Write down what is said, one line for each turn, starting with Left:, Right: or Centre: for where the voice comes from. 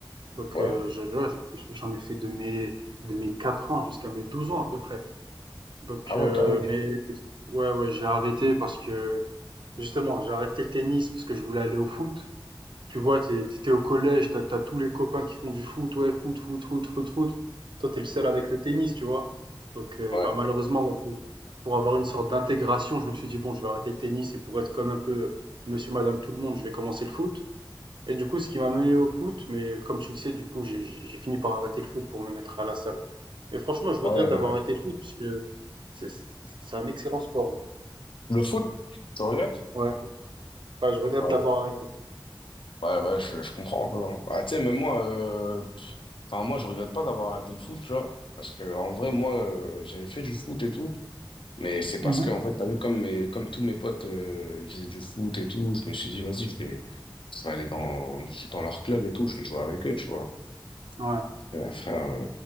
Right: Donc,
Left: Ouais.
Right: euh, je- là, je- j'en ai fait de mes, de mes 4 ans jusqu'à mes 12 ans à peu près. Donc,
Left: Ah ouais,
Right: euh,
Left: quand même.
Right: mais ouais, ouais, j'ai arrêté parce que justement, j'ai arrêté le tennis parce que je voulais aller au foot. Tu vois, t'es, t'es au collège, t'as, t'as tous les copains qui font du foot, ouais, foot, foot, foot, foot, foot. Toi, t'es le seul avec le tennis, tu vois. Donc, euh,
Left: Ouais.
Right: bah, malheureusement, ouais, pour, pour avoir une sorte d'intégration, je me suis dit, bon, je vais arrêter le tennis et pour être comme un peu monsieur, madame, tout le monde, je vais commencer le foot. Et du coup, ce qui m'a mené au foot, mais comme tu le sais, du coup, j'ai j'ai fini par arrêter le foot pour me mettre à la salle. Mais franchement, je regrette
Left: Ouais. euh,
Right: d'avoir arrêté le foot parce que c'est c'est un excellent sport.
Left: Le foot, tu regrettes?
Right: Ouais, ouais, je regrette
Left: Ouais,
Right: de l'avoir arrêté.
Left: Ouais, ouais, je, je comprends. un peu, hein. Bah, tu sais, même moi, euh, pff, enfin, moi, je regrette pas d'avoir arrêté le foot, tu vois. Parce que, en vrai, moi, euh, j'avais fait du foot et tout. Mais c'est parce
Right: Mhm.
Left: que, en fait, t'as vu, comme mes, comme tous mes potes, euh, ils faisaient du foot et tout, je me suis dit, vas-y, je vais, je vais aller dans, dans leur club et tout, je vais jouer avec eux, tu vois.
Right: Ouais.
Left: Et, frère, euh,